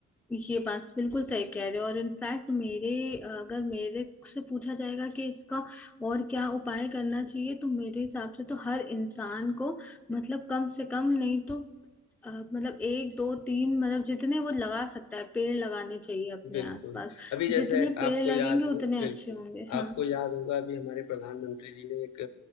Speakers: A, in the centre; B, on the left.
A: ये बात बिल्कुल सही कह रहे हो और इनफैक्ट मेरे अगर मेरे से पूछा जाएगा कि इसका और क्या उपाय करना चाहिए तो मेरे हिसाब से तो हर इंसान को मतलब कम से कम नहीं तो अ, मतलब एक दो तीन मतलब जितने वो लगा सकता है पेड़ लगाने चाहिए अपने
B: बिल्कुल,
A: आसपास
B: अभी जैसे
A: जितने पेड़
B: आपको
A: लगेंगे
B: याद
A: उतने
B: हो बिल्कुल,
A: अच्छे होंगे हाँ
B: आपको याद होगा अभी हमारे प्रधानमंत्री जी ने एक